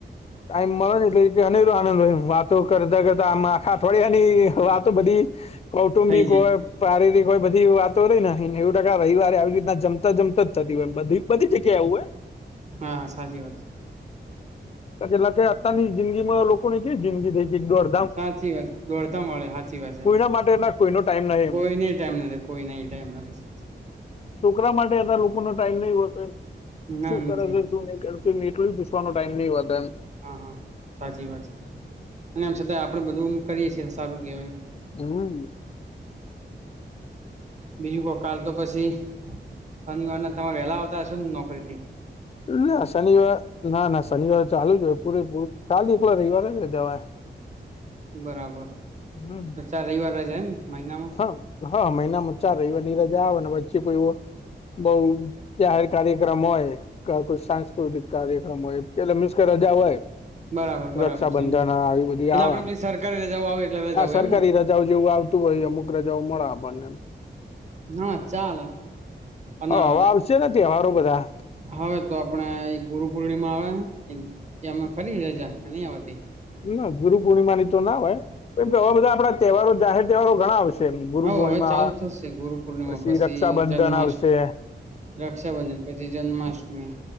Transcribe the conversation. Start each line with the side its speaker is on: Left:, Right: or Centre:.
Left: ટાઈમ મળે ને એટલે અનેરો આનંદ હોય એમ વાતો કરતા કરતા આમ આખા અઠવાડિયાની વાતો બધી કૌટુંબિક
Right: થઈ જાય
Left: હોય, પારીરિક હોય બધી વાતો રઈને નેઉ ટકા રવિવારે આવી રીતના જમ મતા જમતા જ થતી હોય બધી બધી જગ્યા આવું હોય.
Right: હા હા સાચી વાત છે
Left: હ એટલા કે અત્યારની જિંદગી માં લોકોની કેવી જિંદગી થઈ છે, એક દોડ
Right: સાચી વાત દોડતા મળે હાચી વાત
Left: કોઈના
Right: છે.
Left: માટે એટલા કોઈનો ટાઈમ નહિ
Right: કોઈ ને ટાઇમ નથી કોઈ ન ટાઈમ નથી સા
Left: <unintelligible> રા માટે લોકો નો ટાઈમ નહિ હોતો,
Right: છે ના
Left: શું કરે
Right: નથી
Left: છે. એટલું પૂસવાનો ટાઈમ નહિ હોતા એમ
Right: હા હા સાચી વાત છે અને આમ છતાં આપણેે બધું કરીએ છીએ, સારું કહેવાય.
Left: હમ્મ.
Right: બીજું કો કાલ તો પછી શનિવારના, તમારે વેલા આવતા હશો ને નોકરી થી.
Left: ના શનિવાર ના ના શનિવાર ચાલુ જ હોય, પૂરે પૂરું ખાલી એકલો રવિવારે જ હોય.
Right: બરાબર
Left: હમ્મ
Right: અરછા રવિવાર રજા એમ મહિનામાં
Left: હા હા મહિનામાં ચાર રવિવાર ની રજા આવે ને વરચે કોઈ એવો બઉ જાહેર કાર્યક્રમ હોય ક કોઈ સાંસ્કૃતિક કાર્યક્રમ હોય એટલે મિશ કે રજા હોય.
Right: બરાબર બરાબર
Left: રક્ષાબંધન
Right: સમજી
Left: આવી બધી
Right: એટલે
Left: આવ
Right: આપડે સરકારી રજાઓ આવે એટલે રજાઓ
Left: આ સરકારી
Right: એમ ને
Left: ર <unintelligible> જેવું આવતું હોય અમુક રજાઓ મળે આપણને.
Right: હ ચાલે અને
Left: હ હવ આવશેને તહેવારો બધા
Right: હવે તો આપડે એ ગુરુ પૂર્ણિમા આવે હે એમાં ખરી રજા નહી, આવતી.
Left: ના ગુરુ પૂર્ણિમાની તો ના હોય પણ તો હવે બધા આપડા તહેવારો જાહેર તહેવારો ઘણા આવશ ગુરુપૂર્ણિમા
Right: હ હવે ચાલુ થશે ગુરુ પૂર્ણિમા
Left: પછી રક્ષાબંધન
Right: જન્માષ્ટમી
Left: આવશે.
Right: રક્ષાબંધન પછી જન્માષ્ટમી